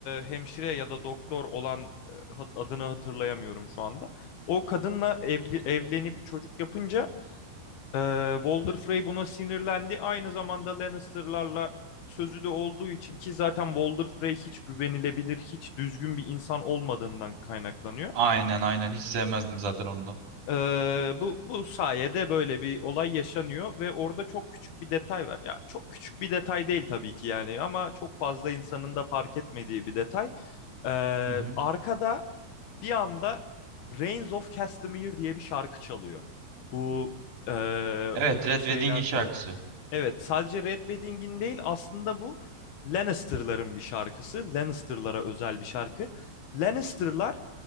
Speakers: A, on the left; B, on the right.
A: hemşire ya da doktor olan e, adını hatırlayamıyorum şu anda. O kadınla evli, evlenip çocuk yapınca ee, Walder Frey buna sinirlendi. Aynı zamanda Lannister'larla sözü de olduğu için ki zaten Walder Frey hiç güvenilebilir, hiç düzgün bir insan olmadığından kaynaklanıyor.
B: Aynen aynen. Hiç sevmezdim zaten onu da.
A: Ee, bu bu sayede böyle bir olay yaşanıyor ve orada çok küçük bir detay var. Ya çok küçük bir detay değil tabii ki yani ama çok fazla insanın da fark etmediği bir detay. Ee,
B: Hı hı.
A: arkada bir anda Reigns of Castamere diye bir şarkı çalıyor. Bu ee,
B: Evet, Red
A: şeyler
B: Wedding'in şarkısı.
A: tarafı. Evet, sadece Red Wedding'in değil aslında bu Lannister'ların bir şarkısı. Lannister'lara özel bir şarkı. Lannister'lar